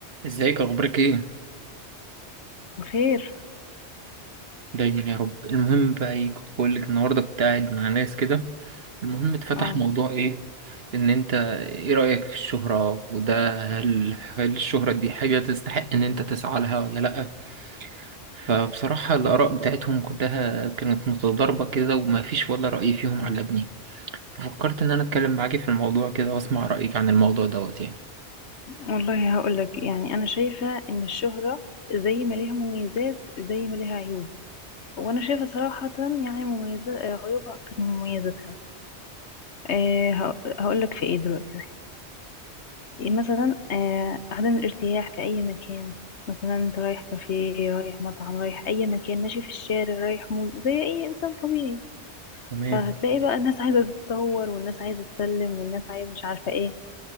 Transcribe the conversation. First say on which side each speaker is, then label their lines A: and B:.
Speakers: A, on the right; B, on the left.
A: ازيك اخبارك ايه
B: وخير
A: دايما يا رب المهم بقى ايه كنت بقول لك النهارده كنت قاعد مع ناس كده المهم اتفتح
B: اه
A: موضوع ايه ان انت ايه رأيك في الشهرة وده هل هل الشهرة دي حاجة تستحق ان انت تسعى لها ولا لأ فبصراحة الآراء بتاعتهم كلها كانت متضاربة كده وما فيش ولا رأي فيهم عجبني ففكرت ان انا اتكلم معاكي في الموضوع كده واسمع رأيك عن الموضوع دوت يعني
B: والله هقولك يعني انا شايفة ان الشهرة زي ما ليها مميزات زي ما ليها عيوب وانا شايفة صراحة يعني مميزات عيوبها اكتر من مميزاتها أه هق- هقولك في ايه دلوقتي مثلا أه عدم الارتياح في اي مكان مثلا انت رايح كافيه رايح مطعم رايح اي مكان ماشي في الشارع رايح مول زي اي انسان طبيعي
A: تمام
B: فهتلاقي بقى الناس عايزة تتصور والناس عايزة تسلم والناس عايزة مش عارفة ايه